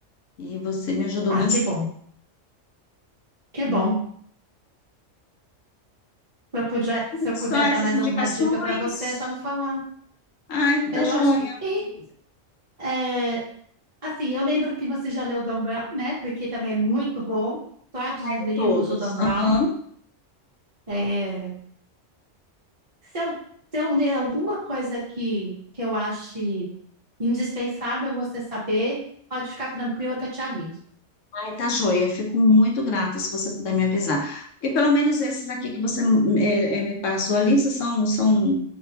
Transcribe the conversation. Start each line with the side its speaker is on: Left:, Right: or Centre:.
Left: E você me ajudou
Right: Ah,
Left: bastante.
Right: que bom, que
Left: Muito.
Right: bom. Se eu puder, se eu
Left: São
Right: puder
Left: essas
Right: dar mais
Left: indicações.
Right: alguma dica para você, é só me falar.
Left: Ai, tá
Right: Eu
Left: joia.
Right: acho que sim. É, assim, eu lembro que você já leu o Dan Brown, né? Porque também é muito bom. Todos
Left: Leio
Right: os livros
Left: Todos.
Right: do Dan Brown.
Left: Aham.
Right: É, Se eu, se eu ler alguma coisa que, que eu ache indispensável você saber, pode ficar tranquila que eu te aviso.
Left: Ai, tá joia. Fico muito grata se você puder me avisar. Porque pelo menos esses aqui que você eh, eh, me passou a lista são, são